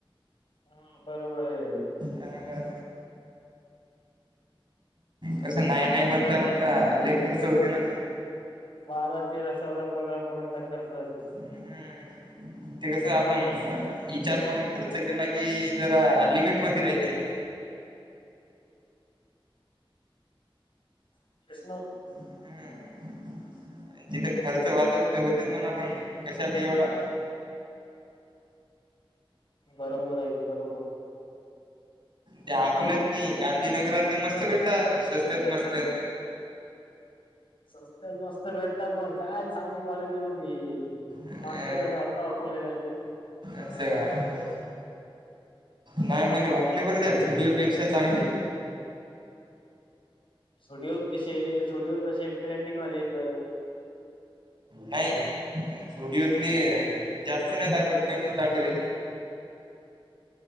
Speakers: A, on the left; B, on the right.
A: हा बरोबर ये.
B: काय कसं नाय नाय म्हणता म्हणता लय खर्च होते ना
A: बारा तेरा चौदा पंधरा पर्यंत खर्च जाती
B: हम् ते कस आपण इचार करून खर्च केला की जरा लिमिट मध्ये रायते.
A: <unintelligible>
B: हम्म
A: <unintelligible>
B: जिथे खर्च व्हायचा तिथे होतेच म्हणा पण कशाला एवढा
A: बरोबर हाय की खरोखर
B: त्या अकोल्यात नी गांधीनगरात नी मस्त भेटतात सस्त्यात मस्त
A: स्वसस्त्यात मस्त भेटतात मग काय चांगली क्वालिटी मती
B: अ
A: मागच्या वेळेस आलतो आकोल्याला मी
B: असं का नाय मला वाटले बरं त्या झुडीओ पेक्षा चांगले.
A: झुडिओत कसे झुडिओत असे ट्रेंडिंगवाले येत
B: नाही झुडिओत मी जास्त नाही दाखवत कमीच दाखवते.